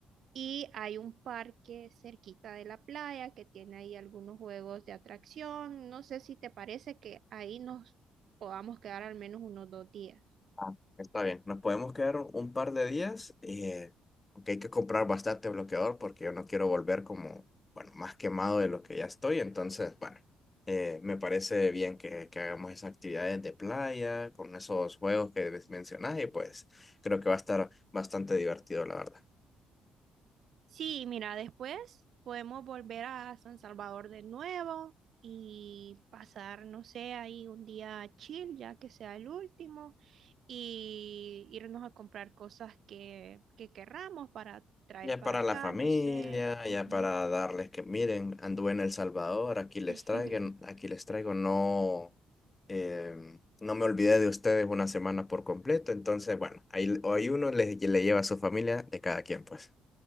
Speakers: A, on the right (about 65°); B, on the left (about 20°).
A: Y hay un parque cerquita de la playa que tiene ahí algunos juegos de atracción. No sé si te parece que ahí nos podamos quedar al menos unos dos días.
B: Ah, Está bien, nos podemos quedar un par de días, eh, aunque hay que comprar bastante bloqueador porque yo no quiero volver como, bueno, más quemado de lo que ya estoy, entonces, bueno, eh, me parece bien que, que hagamos esas actividades de playa con esos juegos que mencionas y pues creo que va a estar bastante divertido, la verdad.
A: Sí, mira, después podemos volver a San Salvador de nuevo y pasar, no sé, ahí un día chill, ya que sea el último, y irnos a comprar cosas que, que querramos para traer
B: Ya
A: para
B: para
A: acá,
B: la familia,
A: no sé. Ujú.
B: ya para darles que miren, anduve en El Salvador, aquí les
A: <laughs>
B: traigo, aquí les traigo, no, eh, no me olvidé de ustedes una semana por completo, entonces bueno, ahí, ahí uno le, le lleva a su familia de cada quien, pues.